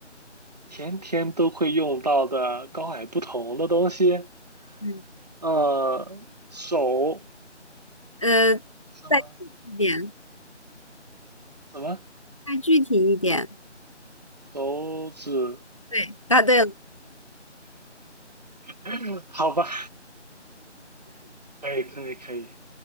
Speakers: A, on the right (about 35°); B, on the left (about 25°).
A: 天天都会用到的高矮不同的东西。
B: 嗯，
A: 呃，手
B: 呃，
A: 什么
B: 再具体一点，
A: 什么
B: 再具体一点。
A: 手指？
B: 对，答对了，
A: <clears throat> 好吧，可以可以可以。